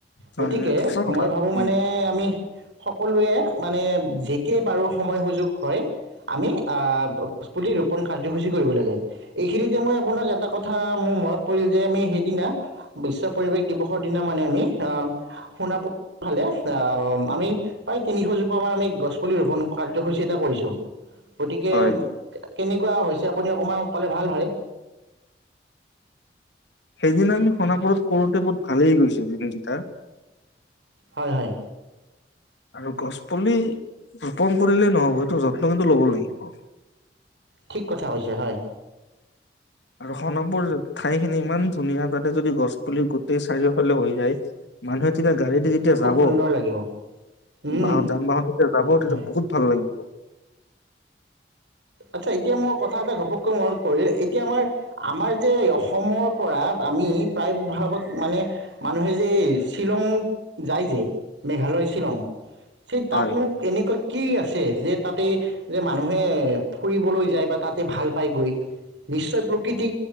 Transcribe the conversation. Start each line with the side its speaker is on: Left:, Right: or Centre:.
Left: হয়
Right: গতিকে
Left: সঁচা কথা
Right: মই ভাবো
Left: উম,
Right: মানে আমি সকলোৱে মানে এতিয়ে বাৰু সময় সুযোগ হয় আমি আহ গছপুলি ৰোপন কাৰ্যসূচী কৰিব লাগে এইখিনিতে মই আপোনাক এটা কথা মোৰ মনত পৰিল যে আমি সেইদিনা বিশ্ব পৰিৱেশ দিৱসৰ দিনা মানে আমি আহ শুনা ফালে আহ আমি। প্ৰ তিনিশজোপা মান আমি গছ গছ পুলি ৰোপণ কাৰ্যসূচী এটা কৰিছো। গতিকে
Left: হয়
Right: কেনেকুৱা হৈছে আপুনি অকণমান ক'লে ভাল হয়।
Left: এিন আমি সোণাপুৰত কৰোতে বহুত ভালেই গৈছে দিনকেইটা।
Right: হয় হয়
Left: আৰু গছ পুলি ৰোপণ। কৰিলে নহব সেইটো যত্ন কিন্তু ল'ব লাগিব। আহ
Right: ঠিক কথা কৈ হৈছে হয়।
Left: আৰু সোণাপুৰ ঠাই খিনি ইমান ধুনীয়া তাতে যদি গছ পুলি গোটেই চাৰিওফালে হৈ যায় মানুহে তেতিয়া গাড়ী দি যেতিয়া
Right: খুব
Left: যাব
Right: সুন্দৰ লাগিব উম
Left: বাহত যান বাহন যেতিয়া যাব তেতিয়া
Right: হয়
Left: বহুত ভাল লাগিব।
Right: আচ্ছা এতিয়া মোৰ কথা এটা ঘপককৈ মনত পৰিল এতিয়া আমাৰ আমাৰ যে অসমৰ পৰা আমি প্ৰায় ভাগত মানে মানুহে যে শ্বিলং যায় যে মেঘালয় শ্বিলং। সেই তাতনো
Left: হয়।
Right: কেনেকৈ কি আছে যে তাতে যে মানুহে ফুৰিবলৈ যায় বা তাতে ভাল পায় গৈ নিশ্চয় প্ৰকৃতি